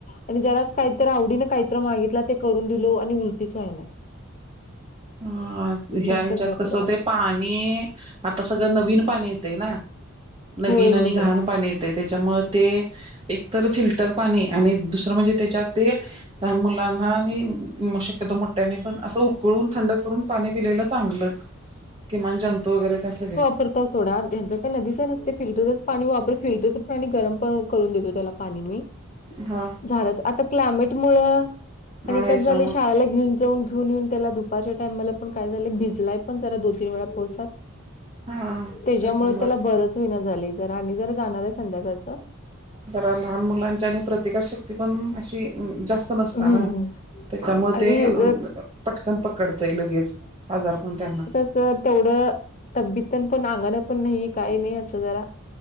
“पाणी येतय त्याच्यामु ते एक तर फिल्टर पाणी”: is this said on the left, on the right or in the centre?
Right